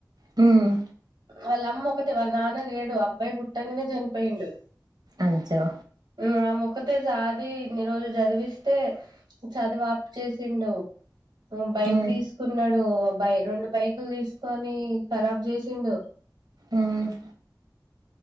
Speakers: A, on the right; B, on the right.
A: మ్మ్
B: వాళ్ళ అమ్మ ఒకతే వాళ్ళ నాన్న లేడు అబ్బాయి పుట్టంగనే చనిపోయిండు
A: అజ్జో
B: ఇంగ ఆమ్ ఒకత్ టే సాది ఇన్ని రోజులు చదివిస్తే చదువ్ ఆప్ చేసిండు హు బైక్
A: ఉమ్
B: తీసుకున్నాడు బై రెండు బైకులు తీస్ కొని ఖరాబ్ చేసిండు
A: ఉమ్